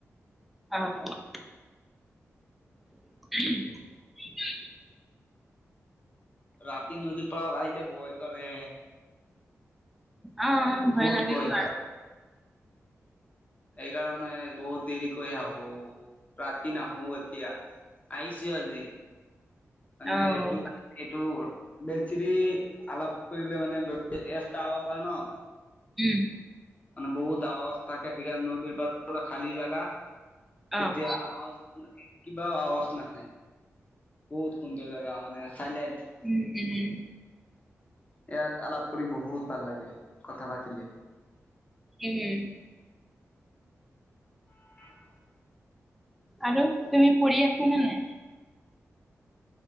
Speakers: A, in the centre; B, on the left.
A: অ', <inaudible>
B: ৰাতি নদীৰ পৰাত আহিলে বয় কৰে।
A: অ', অ',
B: বহুত
A: ভয় লাগেতো
B: কৰে
A: আৰু।
B: সেইকাৰণে বহুত দেৰি কৰি আহোঁ ৰাতি নাহো এতিয়া। আহিছে আজি মানে
A: অ',
B: এইটো এইটো বেলচিৰি আলাপ কৰিলে মানে <unintelligible> এচ তাৱ আছে ন '।
A: উম,
B: মানে বহুত আৱাজ থাকে সেইকাৰণে নদীৰ পাৰত পোৰা খালী জাগা,
A: অ',
B: এতিয়া আৱাজ কিবা আৱাজ নাহে বহুত কোনটো জেগা মানে চাইলেণ্ট।
A: উম, উম,
B: ইয়াত আলাপ কৰি বহুত ভাল লাগে কথা পাতি
A: উম,
B: <inaudible>
A: আৰু তুমি পঢ়ি আছো নে নাই?